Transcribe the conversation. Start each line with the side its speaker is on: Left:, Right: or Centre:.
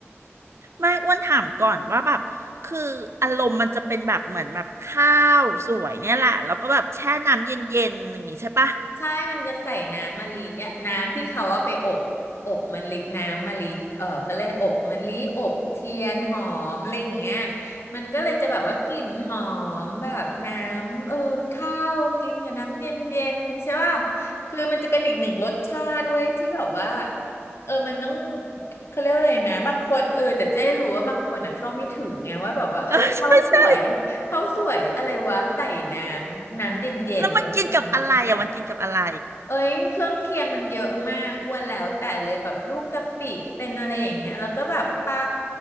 Right: ไม่อ้วนถามก่อนว่าแบบคืออารมณ์มันจะเป็นแบบเหมือนแบบข้าวสวยเนี่ยแหละแล้วก็แบบแช่น้ำเย็นๆอย่างงี้ใช่ปะ
Left: ใช่มันจะใส่น้ำมะลิอะน้ำที่เขาเอาไปอบอบมะลิน้ำมะลิเออเขาเรียกอะไรอบมะลิอบเทียนหอมอะไรอย่างเงี้ยมันก็เลยจะแบบว่ากลิ่นหอมแบบน้ำเออข้าวกินกับน้ำเย็นๆใช่ป่ะคือมันจะเป็นอีกหนึ่งรสชาติด้วยที่แบบว่าเออมันต้องเขาเรียกว่าอะไรนะบางคนเออแต่เจ๊รู้ว่าบางคนอ่ะเข้าไม่ถึงไงว่าแบบว่าเอ้ยเขาสวยเขาสวยอะไรวะใส่น้ำน้ำเย็นๆแล้วกินอากาศ
Right: เออ <laughs> ใช่ แล้วมันกินกับอะไรอ่ะมันกินกับอะไร
Left: เอ้ยเครื่องเคียงมันเยอะมากอ้วนแล้วแต่เลยแบบลูกกะปิเป็นอะไรอย่างเงี้ยแล้วก็แบบปลา